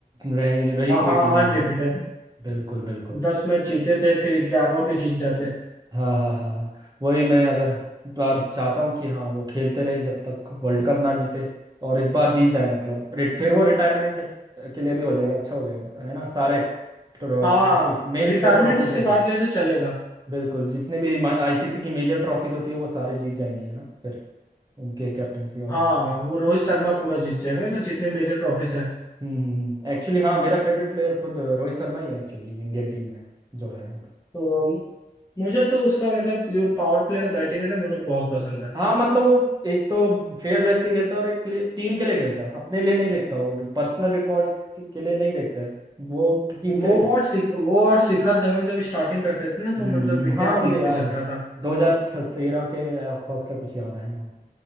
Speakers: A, on the right; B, on the left.
A: रही रही
B: हाँ
A: कोई
B: हाँ
A: टीम नहीं
B: अनरिपीटेड
A: है। बिल्कुल बिल्कुल
B: दस मैच जीते थे फिर ग्यारहवा भी जीत जाते
A: हाँ हाँ हाँ हाँ वही मैं अगर बार चाहता हूँ कि हाँ वो खेलते रहे जब तक वर्ल्ड कप ना जीते और इस बार जीत जाए मतलब रिट- फिर वो रिटायरमेंट के लिए भी हो जाएगा अच्छा हो जाएगा है ना सारे ट्रॉफीज
B: हाँ
A: मेन
B: रिटायरमेंट
A: जो ट्रॉफीज
B: उसके
A: होती
B: बाद ले तो चलेगा
A: बिल्कुल जितने भी आईसीसी की मेजर ट्रॉफीज होती है वो सारे जीत जाएंगे है ना फिर उनके कैप्टनसी और
B: हाँ
A: हम
B: वो रोहित शर्मा पूरा जीत जाएगा मतलब जितने मेजर ट्रॉफीज हैं
A: हम्म एक्चुअली हाँ मेरा फेवरेट प्लेयर खुद रोहित शर्मा ही है एक्चुअली इंडियन टीम में जो है अभी
B: तो मुझे तो उसका मतलब जो पावर प्ले का बैटिंग है ना मुझे बहुत पसंद है
A: हाँ मतलब वो एक तो फेयरलेसली खेलता है और एक टीम के लिए खेलता है अपने लिए नहीं देखता वो पर्सनल रिकॉर्ड के, के लिए नहीं देखता है वो टीम के
B: वो
A: लिए खेलता
B: और
A: है
B: शिख वो और शिखर धवन जब स्टार्टिंग करते थे ना
A: हम्म,
B: तो मतलब इंडिया
A: हाँ मुझे
B: पीक
A: याद
B: पे चलता
A: है
B: था
A: 2013 के आसपास का कुछ याद है हाँ